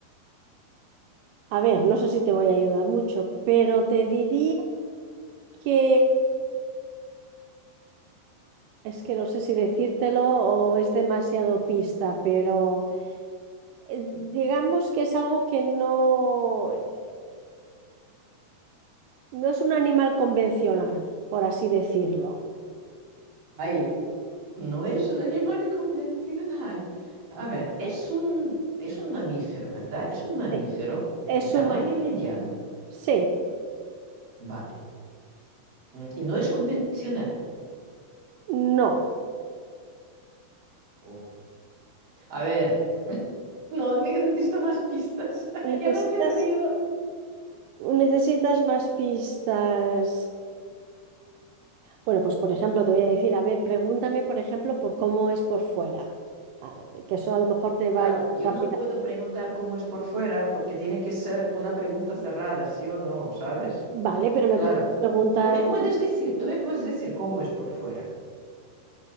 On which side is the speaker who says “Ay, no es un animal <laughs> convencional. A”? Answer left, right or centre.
Right